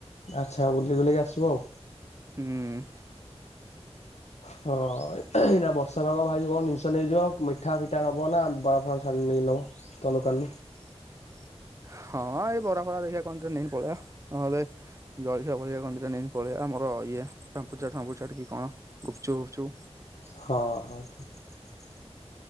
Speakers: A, on the left; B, on the right.
A: ଆଚ୍ଛା ବୁଲ ବୁଲିକି ଆସିବ ଆଉ।
B: ହୁଁ।
A: ହଁ ଏଇ ନା ବର୍ଷା ଭାଗ ଭାଇ କଣ ଜିନିଷ ନେଇଯିବ ମିଠା ଫିଠା ନବ ନା ବରାଫର ଛାଣି ନେଇ ନବ ତମ ଦୋକାନରୁ।
B: <inaudible> ହଁ ଏଇ ବରା ଫରା ଦେଖିବା କନ୍ଦରେ ନେଇନି ପଳେଇଆ ନହେଲେ ଜଳଖଆ ପଳିଆ କନ୍ଦରେ ନେଇନି ପଳେଇଆ ଆଉ। ଆମର ଇଏ ଫାପୁ ଫମ୍ୁ କି କଣ ଗୁପଚୁୁପଚୁ।
A: ହଁ ହଁ ଠିକ୍ ଠିକ୍